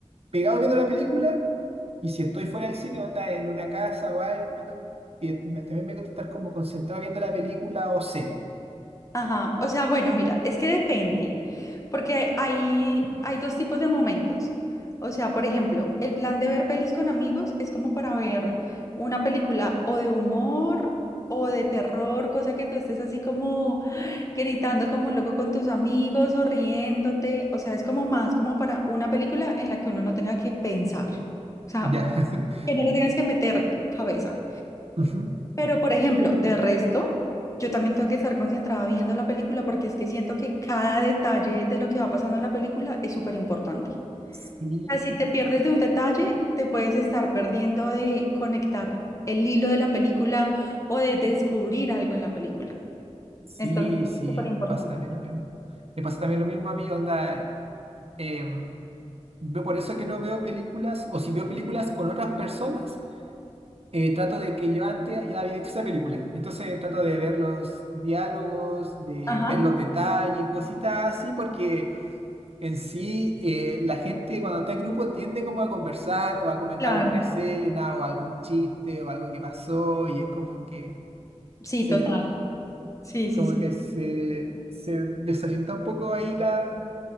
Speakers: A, on the right; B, on the left.
A: pegado viendo la película y si estoy fuera del cine, onda en una casa o algo, viendo- y me- también me gusta estar como concentrado viendo la película o serie.
B: Ajá, o sea, bueno, mira, es que depende, porque hay, hay dos tipos de momentos. O sea, por ejemplo, el plan de ver pelis con amigos es como para ver una película o de humor o de terror, cosa que tú estés así como <gasps> gritando como un loco con tus amigos o riéndote. O sea, es como más como para una película en la que uno no tenga que pensar. O sea,
A: Ya. <laughs>
B: que no le tengas que meter cabeza.
A: Ujú.
B: Pero, por ejemplo, de resto, yo también tengo que estar concentrada viendo la película porque es que siento que cada detalle de lo que va pasando en la película es súper importante.
A: Sí,
B: O sea, si te pierdes de un detalle, te puedes estar perdiendo de conectar el hilo de la película o de descubrir algo en la película.
A: sí,
B: Entonces,
A: sí,
B: súper importante.
A: me pasa también lo mismo. Me pasa también lo mismo a mí, onda. em, yo por eso que no veo películas, o si veo películas con otras personas, eh, trato de que yo antes ya había visto esa película. Entonces trato de ver los diálogos, de
B: Ajá.
A: ver los detalles y cositas así, porque En sí, eh, la gente cuando está en grupo tiende como a conversar o a comentar
B: Claro.
A: alguna escena o algún chiste o algo que pasó y es como que
B: Sí,
A: se,
B: total. Sí, sí,
A: como
B: sí.
A: que se, se desorienta un poco ahí la,